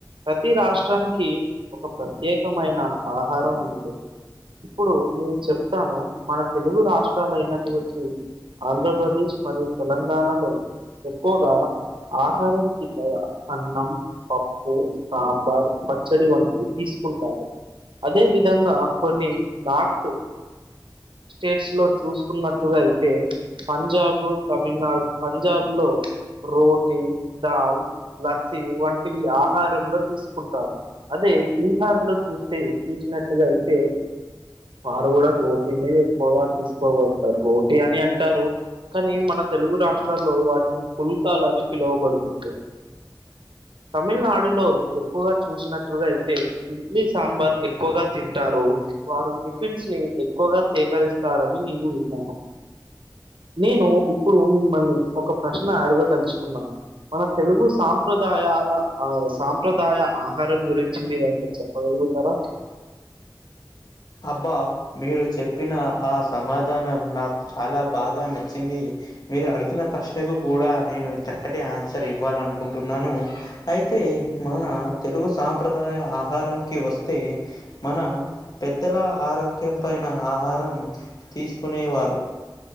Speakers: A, on the right; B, on the left.
A: ప్రతి రాష్ట్రానికి ఒక ప్రత్యేకమైన ఆహారం ఉ ఇప్పుడు నేను చెప్తాను మన తెలుగు రాష్ట్రాలయినటువంటి ఆంధ్రప్రదేశ్ మరియు తెలంగాణలో ఎక్కువగా ఆహారం <unintelligible> అన్నం పప్పు సాంబార్ పచ్చడి వంటలు ఈ కుంటారు అదే విధంగా కొన్ని నార్త్ స్టేట్స్ లో చూసుకున్నట్టుగా అయితే పంజాబ్ తమిళనాడు పంజాబ్ లో రోటీ దాల్ లస్సి వంటివి ఆహారంలో తీసుకుంటారు అదే బీహార్ లో చూస్తే చూసినట్టుగా అయితే వారు కూడా రోటీనే ఎక్కువగా తీసుకోగలుతారు రోటీ అని అంటారు కానీ మన తెలుగు రాష్ట్రాల్లో వాటిని పుల్కాలని పిలువబడుతుంది తమిళనాడులో ఎక్కువగా చూసినట్లుగా అయితే ఇడ్లీ సాంబార్ ఎక్కువగా తింటారు వారు టిఫిన్స్ ని ఎక్కువగా సేకరిస్తారని నేను విన్నాను నేను ఇప్పుడు మిమ్మల్ని ఒక ప్రశ్న అడగదలుచుకున్నాను మన తెలుగు సాంప్రదాయాల ఆ సాంప్రదాయ ఆహారం గురించి మీరు ఏమన్నా చెప్పగలు గుతార
B: అబ్బా మీరు చెప్పిన ఆ సమాధానం నాకు చాలా బాగా నచ్చింది మీరు అడిగిన ప్రశ్నకు కూడా నేను చక్కటి ఆన్సర్ ఇవ్వాలనుకుంటున్నాను అయి తే మన తెలుగు సాంప్రదాయ ఆహారంకి వస్తే మన పెద్దల ఆరోగ్యం పైన ఆహారం తీసుకునేవారు